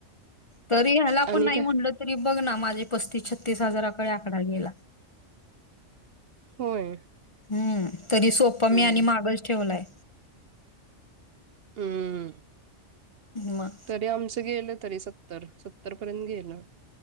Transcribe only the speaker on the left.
तरी ह्याला
आपण नाही
म्हणल तरी बघ ना माझे पस्तीस, छत्तीस हजाराकडे आकडा गेला.
हम्म तरी सोपा
मी आणि मागच ठेवलाय.
मग